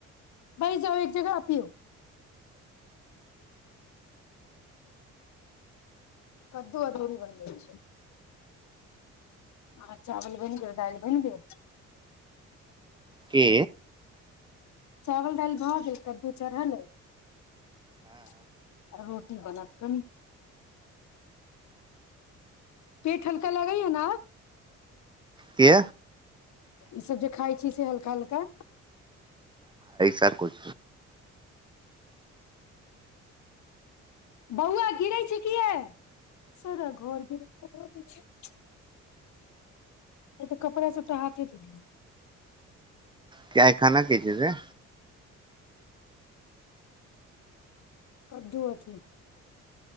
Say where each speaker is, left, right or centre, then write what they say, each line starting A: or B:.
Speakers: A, on the left; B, on the right.
A: बइस जाउ एक जगह आ पिउ कद्दू अगरे भी बन ल छै ह चावल बनि गैल दाल बनि गैल
B: के
A: चावल दाल भ गेल कद्दू चढ़ल यै की बनत कनि पेट हल्का लगाय ने आब
B: के
A: ईसभ जे खाइ छी, से हल्का-हल्का।
B: कहा कछ
A: बौआ गिरै छै। की यै सारा घोर के गिल क आबैत छै। ए तऽ कपड़ा सबटा हाथे धै
B: किया खाना की चीज हेते
A: कद्दू अथि